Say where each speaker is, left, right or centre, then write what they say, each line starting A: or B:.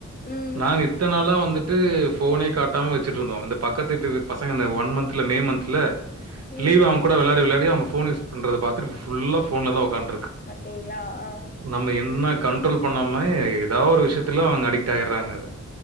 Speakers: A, on the left; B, on the right.
A: ம்
B: நாங்க இ த்தனாளா வந்துட்டு ஃபோனே காட்டாம வெச்சிட்டு இருந்தோ இந்த பக்கத்து வீட்டு பசங்க இந்த ஒன் மந்த்துல மே மந்த்துல
A: ம்
B: லீவ் அவுங்க கூட வெளாடி வெளாடி அவுங்க ஃபோன் யூஸ் பண்றத பாத்துட்டு ஃபுல்லா ஃபோன்லதா உக்காந்
A: பாத்தீங்களா ஆ
B: நம்ம என்னா கண்ட்ரோல் பண்ணாம ஏதா ஒரு விஷயத்துல அவுங்க அடிக்ட் ஆயிடுறாங்க அது